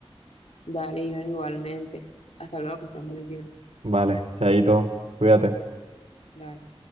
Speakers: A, on the left; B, on the right.
A: Dale, Iván, igualmente. Hasta luego, que estés muy bien.
B: Vale, Chaito, cuídate.
A: Dale.